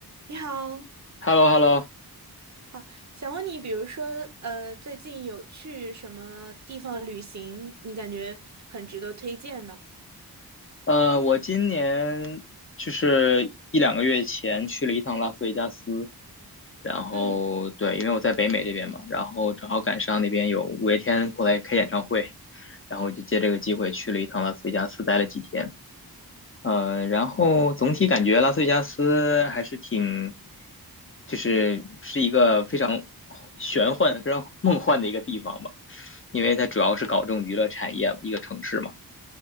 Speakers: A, on the right; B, on the left.
A: 你好，
B: h e l l o h e l l o
A: 好，想问你，比如说，呃，最近有去什么地方旅行，你感觉很值得推荐呢？
B: 呃，我今年就是一两个月前去了一趟拉斯维加斯，然后对，
A: 嗯
B: 因为我在北美这边嘛，然后正好赶上那边有五月天过来开演唱会，然后我就借这个机会去了一趟拉斯维加斯，待了几天。呃，然后总体感觉拉斯维加斯还是挺，就是是一个非常玄幻、非常梦幻的一个地方吧，因为它主要是搞这种娱乐产业，一个城市嘛。